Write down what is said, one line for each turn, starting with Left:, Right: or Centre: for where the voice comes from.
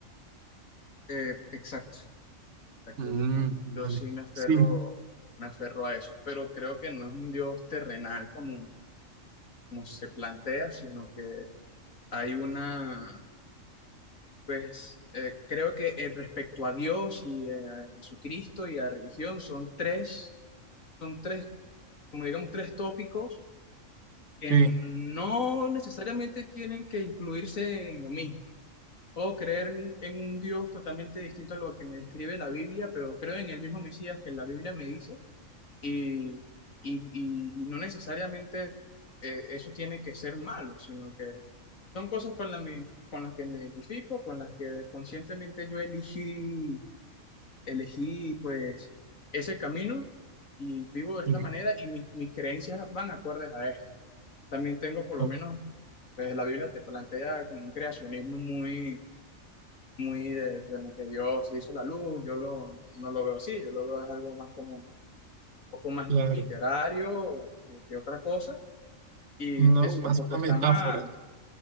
Left: Eh, exacto, exacto.
Right: Mm,
Left: Yo, yo
Right: vale.
Left: sí me aferro,
Right: Sí,
Left: me aferro a eso, pero creo que no es un dios terrenal como, como se plantea, sino que hay una, pues, eh, creo que eh, respecto a Dios y eh, a Jesucristo y a religión son tres, son tres, como digamos, tres tópicos que
Right: sí,
Left: no necesariamente tienen que incluirse en lo mismo. Puedo creer en, en un Dios totalmente distinto a lo que me describe la Biblia, pero creo en el mismo Mesías que la Biblia me dice y, y- y- y no necesariamente eh, eso tiene que ser malo, sino que son cosas con, la- con las que me identifico, con las que conscientemente yo elegí, elegí pues ese camino y vivo de esta
Right: sí.
Left: manera y mis mis creencias van acordes a esto. También tengo por lo
Right: Oh,
Left: menos, pues la Biblia te plantea como un creacionismo muy, muy de, de lo que Dios se hizo la luz, yo lo, no lo veo así, yo lo veo es algo más como un poco más
Right: claro.
Left: literario que, que otra cosa, y
Right: No,
Left: eso
Right: más
Left: tampoco
Right: una
Left: está
Right: metáfora.
Left: mal.